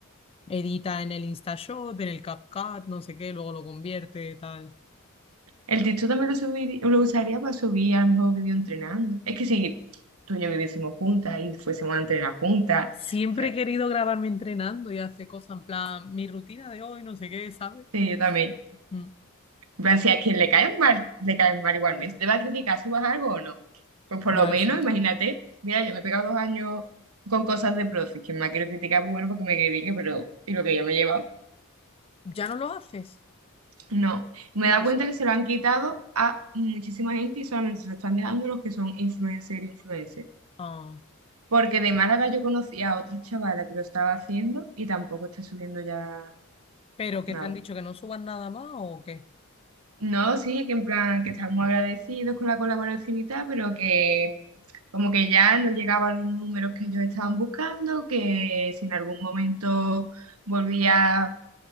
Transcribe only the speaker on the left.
edita en el InstaShot, en el CapCut, no sé qué, luego lo convierte, tal.
Siempre
he querido grabarme entrenando y hacer cosas en plan, mi rutina de hoy, no sé qué, ¿sabes?
Mm,
ya
sí.
¿Ya no lo haces?
Y
es-
Ah,
¿pero qué
te han dicho que no subas nada más o qué?